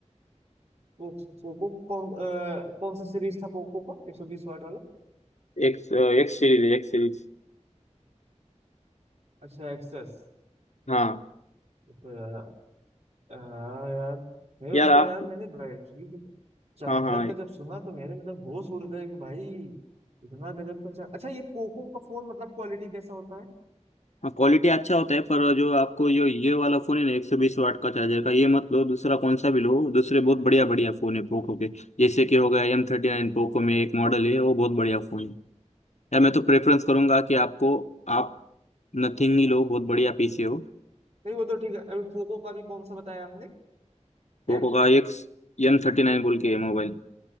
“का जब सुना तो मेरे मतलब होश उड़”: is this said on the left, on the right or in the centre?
Right